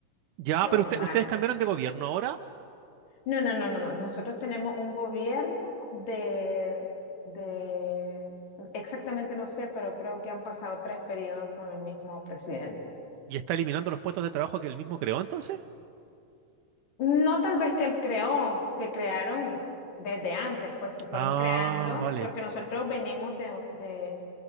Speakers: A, on the right; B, on the left.
A: Ya,
B: normales.
A: pero usted- ustedes cambiaron de gobierno ahora
B: No, no, no, no, no. Nosotros tenemos un gobierno de, de, exactamente no sé, pero creo que han pasado tres periodos con el mismo presidente.
A: y está eliminando los puestos de trabajo que él mismo creó, entonces.
B: No tal vez que él creó, que crearon desde antes, pues se fueron
A: Ah,
B: creando,
A: vale.
B: porque nosotros venimos de, de,